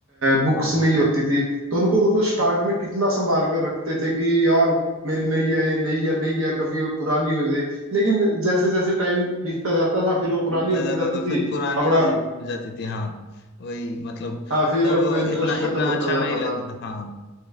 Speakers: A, on the right; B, on the left.
A: बुक्स
B: हाँ
A: नहीं होती थी तो उनको मतलब स्टार्ट में कितना संभाल कर रखते थे कि यार मेरी नई है ये नई है नई है कभी वो पुरानी हो जाए लेकिन जैसे जैसे टाइम बीतता जाता था फिर वो
B: बीतता
A: पुरानी होती
B: जाता
A: जाती
B: तो फिर
A: थी
B: पुरानी
A: अपना
B: हो जे- जाती थी हाँ वही मतलब
A: हाँ फिर
B: तब
A: अपना इंटरेस्ट
B: इतना
A: खत्म
B: इतना
A: होता
B: अच्छा
A: जाता
B: नहीं लगता
A: था
B: था हाँ